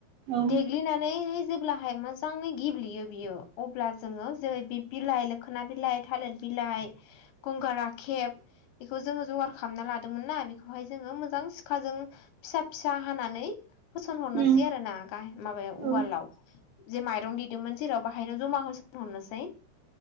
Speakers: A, on the right; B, on the left.
A: उम औ
B: देग्लिनानै जे ब्लाहाय मोजाङै गेब्लेयो बियो अब्ला जोङो जेरै बे बिलाइ लोखोना बिलाइ थालिर बिलाइ गंगार राखेब बेखौ जोङो जगार खालामना लादोंमोन ना बेखौहाय जोङो मोजां सिखाजों फिसा फि सा हानानै फोसन हरनोसै
A: उम
B: आरो ना गाह- माबायाव
A: औ
B: उवालाव
A: ओ
B: जे माइरं देदोंमोन जेराव बाहायनो जमा होसिहरनोसै।